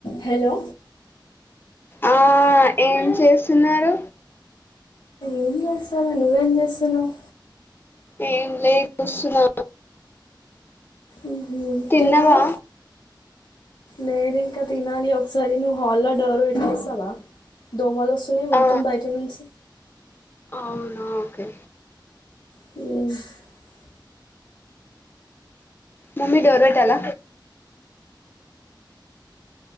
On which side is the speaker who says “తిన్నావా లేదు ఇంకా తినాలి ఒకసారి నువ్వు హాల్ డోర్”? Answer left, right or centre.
Left